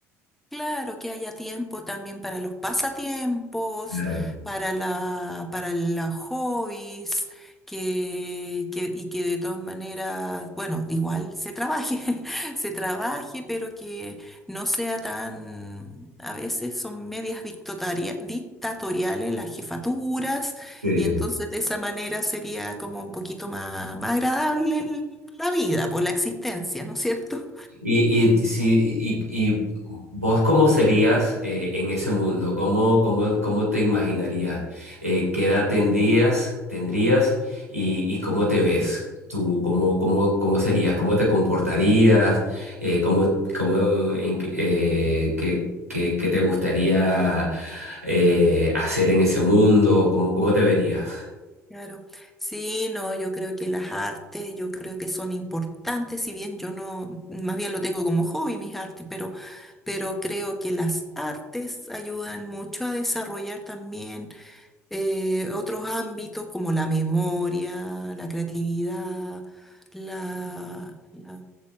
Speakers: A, in the centre; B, on the right.
A: Claro que haya tiempo también para los pasatiempos,
B: Claro.
A: para la, para los hobbies, que, que- y que de todas maneras, bueno, igual se trabaje, <laughs> se trabaje, pero que no sea tan, a veces son medias dictatoria- dictatoriales las jefaturas,
B: Sí.
A: y entonces de esa manera sería como un poquito más, más agradable el- la vida, por la existencia, ¿no es cierto?
B: Y, y, si, y, y vos cómo serías eh, en ese mundo, ¿Cómo, cómo, cómo te imaginarías? Eh, ¿qué edad tendrías, tendrías y, y cómo te ves? ¿Tú cómo, cómo, cómo serías? ¿Cómo te comportarías? Eh, ¿cómo, cómo, en qué, eh, qué- qué- qué te gustaría eh, hacer en ese mundo? ¿Cómo, cómo te verías?
A: Claro, sí, no, yo creo que las artes, yo creo que son importantes, si bien yo no, más bien lo tengo como hobby mis artes, pero, pero creo que las artes ayudan mucho a desarrollar también eh, otros ámbitos como la memoria, la creatividad, la, la-